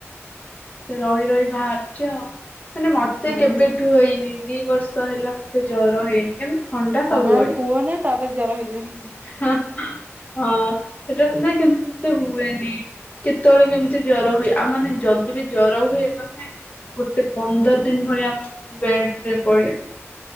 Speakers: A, on the left; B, on the right.
A: ସେ ରହି ରହି ବାହାରୁଛି ଆଉ ମାନେ ମତେ
B: ହୁଁ
A: କେବେଠୁ ହେଇନି ଦି ବର୍ଷ ହେଲା ମତେ ଜର ହେଇନି। କିନ୍ତୁ ଥଣ୍ଡା ସବୁବେଳେ।
B: ତମେ ଆଉ କୁହନ ତାପରେ ଜର ହେଇଯିବ।
A: ହଁ ସେଟା ଆଉ ନାଇଁ କିନ୍ତୁ ମତେ ହୁଏନି। କେତେବେଳେ କେମିତି ଜର ହୁଏ। ଆଉ ମାନେ ଯଦି ବି ଜର ହୁଏ, ମାନେ ଗୋଟେ ପନ୍ଦର ଦିନ ଭଳିଆ ମୁଁ ବେଡରେ ପଡେ।